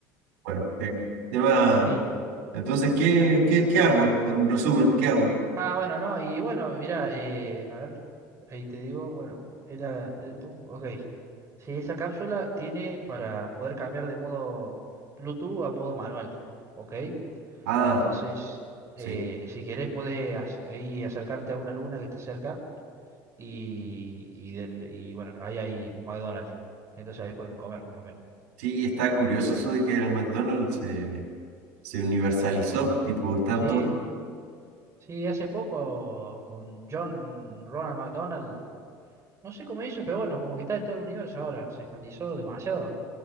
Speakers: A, on the right (about 90°); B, on the right (about 35°).
A: Bueno, el tema.
B: sí.
A: Entonces, ¿qué, qué, qué hago? En resumen, ¿qué hago?
B: Ah, bueno, no, y bueno, mira, eh, a ver, ahí te digo, bueno, era de Tum, ok. Sí, esa cápsula tiene para poder cambiar de modo Bluetooth a modo manual, ok.
A: Ah,
B: Entonces, eh,
A: sí.
B: si querés, podés ac- ahí acercarte a una luna que está cerca y, y, del- y bueno, ahí hay un McDonald's. Entonces ahí pueden comer, por lo menos.
A: Sí, está curioso eso de que el McDonald's se, se universalizó, tipo, están
B: Sí,
A: todos.
B: sí, hace poco con John Ronald McDonald. No sé cómo hizo, pero bueno, como que está en todo el universo ahora. Se expandizó demasiado.